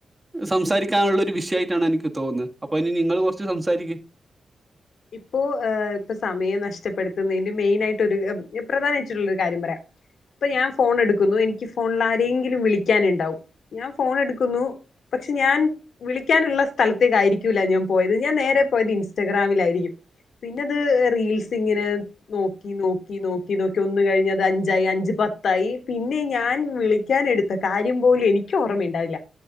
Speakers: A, on the right; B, on the left.
A: സംസാരിക്കാനുള്ള ഒരു വിഷയയിട്ടാണ് എനിക്ക് തോന്നുന്നത് അപ്പൊ അതിന് നിങ്ങൾ കുറച്ച് സംസാരിക്ക്
B: ഇപ്പോ ഏ ഇപ്പൊ സമയം നഷ്ട ഇച്ചപ്പെടുത്തുന്നതിന്റെ മെയിൻ ആയിട്ട് ഒരു പ്രധാനമായിട്ടുള്ളൊരു കാര്യം പറയാം ഇപ്പൊ ഞാൻ ഫോൺ എടുക്കുന്നു എനിക്ക് ഫോണിൽ ആരെങ്കിലും വിളിക്കാന ഉണ്ടാവും ഞാൻ ഫോൺ എടുക്കുന്നു പക്ഷെ ഞാൻ വിളിക്കാനുള്ള സ്ഥലത്തേക്ക ആയിരിക്കൂല്ല ഞാൻ പോയത് ഞാൻ നേരെ പോയത് ഇൻസ്റ്റാഗ്രാമിലായിരിക്കും പിന്നെ അത് റീൽസി ഇങ്ങനെ നോക്കി നോക്കി നോക്കി നോക്കി ഒന്ന് കഴിഞ്ഞ അത് അഞ്ചായി അഞ്ച പത്തായി പിന്നെ ഞാൻ വിളിക്കൻ എടുത്ത കാര്യം പോലും എനിക്കും ഓർമ്മുണ്ടാവില്ല